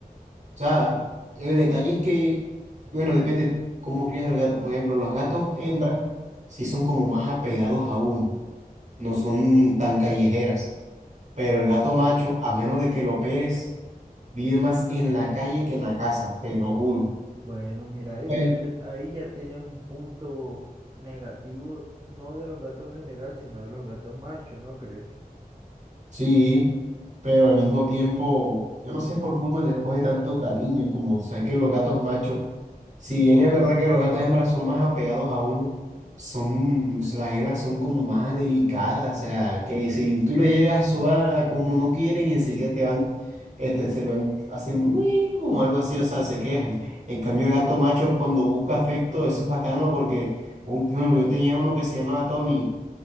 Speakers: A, on the right; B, on the right.
A: o sea, el detalle es que, bueno, depende cómo crías el gato. Por ejemplo, los gatos hembra sí son como más apegados a uno. No son tan callejeras. Pero el gato macho, a menos de que lo operes. Vive más en la calle que en la casa, te lo juro.
B: Bueno, mira, ahí
A: Pe-
B: ya, te- ahí ya tienes un punto negativo, no de los gatos en general, sino de los gatos machos, ¿no crees?
A: Sí, pero al mismo tiempo, yo no sé por qué uno les coge tanto cariño y como sé que los gatos machos, si bien es verdad que los gatos hembras son más apegados a uno, son, o sea, las hembras son como más delicadas, o sea, que si tú le llegas a sobar como no quieren y enseguida te van, este, se van, hacen "Uy", o algo así, o sea, se quejan. En cambio el gato macho cuando busca afecto, eso es bacano porque, un- bueno, yo tenía uno que se llamaba Tony.